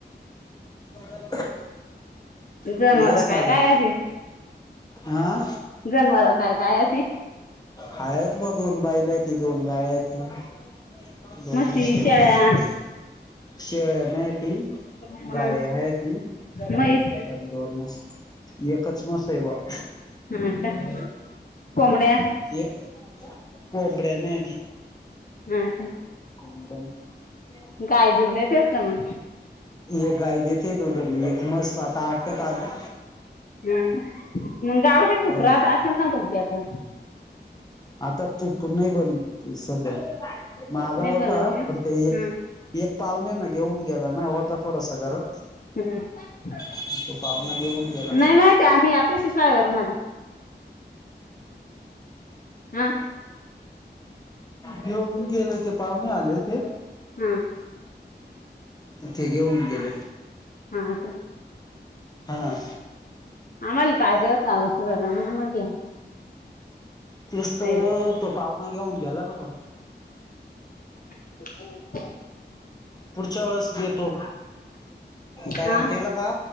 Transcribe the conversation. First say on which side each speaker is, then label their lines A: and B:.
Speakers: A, on the left; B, on the left.
A: <inaudible>
B: जनावर
A: यायचं
B: काय
A: लागलं.
B: काय आहे
A: आ?
B: जनवरात हाय काय ती?
A: हायत मग दोन बैल आहेती, दोन गाय आहेती. <unintelligible>
B: म्हशी शेळ्या
A: शेळ्या नाहीती.
B: हा
A: गाय आहेती
B: म्हैस
A: आणि दोन म्हशी. एकच म्हस ये बुवा.
B: हा का? कोंबड्या
A: एक कोंबडया नाहीती.
B: हा का?
A: <unintelligible>
B: गाय दूध देतेस का मग
A: एक गाय देते दूध आणि एक म्हस आता आटत आली.
B: हा मग गावशी
A: आली.
B: तुप्रात असेल ना तुमच्या हितं.
A: आता तूप नाही बनित सध्या. मागं
B: नाही
A: होता
B: बनवते हा
A: पण ते एक एक पाहुण्यानं घेऊन गेला ना होता थोडस घरात.
B: <unintelligible>
A: तो पाहुणा घेऊन गेला
B: नाही माहिती आम्ही आताशी शाळेवरून आली. हा.
A: घेऊन गेले ते पाहुणे आले होते.
B: ह
A: ते घेऊन गेले,
B: हा का
A: हा ना
B: आम्हाला पाहिजे होत औषधाला, म्हणून म्हटलं
A: तेचत
B: आहेत
A: तो पाहुना घेऊन गेला ना पण.
B: <unintelligible>
A: पुढच्या वेळेस देतो. तयार
B: हा
A: केला का